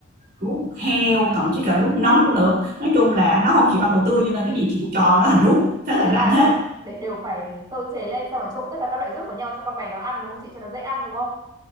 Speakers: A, on the right (about 45°); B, on the right (about 20°).
A: ruốc heo thậm chí cả ruốc nấm nữa nói chung là nó không chịu ăn đồ tươi cho nên cái gì chị cũng cho nó thành ruốc thế là
B: Thế
A: nó
B: là
A: ăn hết
B: để đều phải sơ chế lên xong rồi trộn tất cả các loại ruốc vào nhau cho con bé nó ăn đúng không chị? Cho nó dễ ăn đúng không?